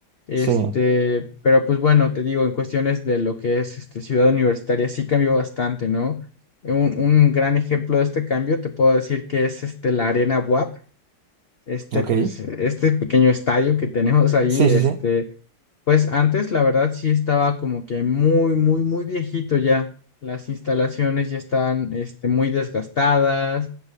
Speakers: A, on the left; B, on the right.
A: Este,
B: Sí,
A: pero pues bueno, te digo, en cuestiones de lo que es este, ciudad universitaria sí cambió bastante, ¿no? Un, un gran ejemplo de este cambio te puedo decir que es este, la Arena WAP, este,
B: ok.
A: pues, este pequeño estadio que tenemos ahí,
B: Sí,
A: este,
B: sí, sí.
A: Pues antes, la verdad, sí estaba como que muy, muy, muy viejito ya. Las instalaciones ya estaban, este, muy desgastadas